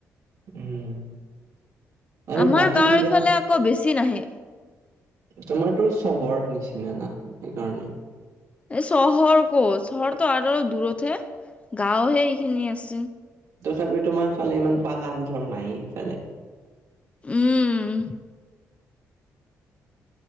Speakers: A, on the right; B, on the left.
A: উম আৰু
B: আমাৰ
A: বাকী
B: গাঁৱৰফালে
A: কিবা
B: আকৌ বেছি নাহে
A: তোমাৰতো চহৰ নিচিনা না সেইকাৰণে
B: এই চহৰ ক' চহৰটো আৰু দূৰতহে গাঁৱৰহে এইখিনি আছে
A: তথাপি তোমাৰ ফালে ইমান পাহাৰ ধৰ নাই সিফালে
B: উম